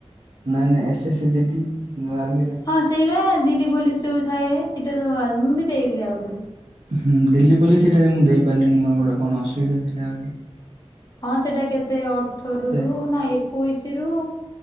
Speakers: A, on the right; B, on the left.
A: ନାଇଁ ନାଇଁ ଏସ୍ ଏସ ଜି ଡି ଯୋଉ ଆର୍ମିର।
B: ହଁ ସେଇ ବା ଦିଲ୍ଲୀ ପୋଲିସ ଯୋଉ ଥାଏ ସେଇଟା ତ ମୁଁ ବି ଦେଇଥିଲି ଆଗରୁ।
A: ହୁଁ ଦିଲ୍ଲୀ ପୋଲିସ ସେଟା ମୁଁ ଦେଇପାରିଲିନି ମୋର ଗୋଟେ କଣ ଅସୁବିଧା ଥିଲା ବୋଲି।
B: ହଁ ସେଇଟା କେତେ ଅଠରରୁ
A: ସେ
B: ନା ଏକୋଇଶି ରୁ